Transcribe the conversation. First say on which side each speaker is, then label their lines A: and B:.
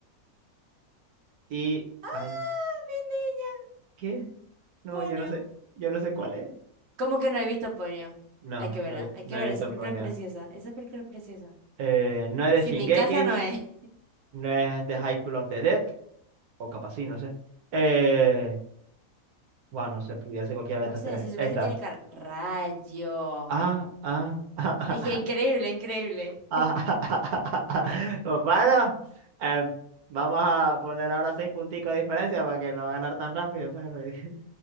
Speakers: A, on the right; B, on the right.
A: Y.
B: Ah,
A: Ay,
B: mi niña.
A: ¿qué? No,
B: Ponio.
A: yo no sé, yo no sé cuál es.
B: ¿Cómo que no he visto Ponio?
A: No,
B: Hay que
A: no,
B: verla,
A: he
B: hay
A: no
B: que verla.
A: he visto
B: Esa película
A: Ponyo.
B: es preciosa. Esa película es preciosa.
A: Eh, no es de
B: Si
A: Shingeki,
B: mi casa no es. <laughs>
A: no es de High School of the Dead. O capaz sí, no sé. Eh, bueno, no sé, pudiera ser cualquiera
B: No
A: de estas
B: sé,
A: tres.
B: si supieras
A: Esta.
B: que tiene cara. Rayo.
A: Ah, ah, <laughs> ah,
B: Es que increíble, increíble.
A: ah, ah, ah, ah. ah, ah, ah. Bueno, em, vamos a poner ahora seis punticos de diferencia para que no ganar tan rápido. pues, <laughs>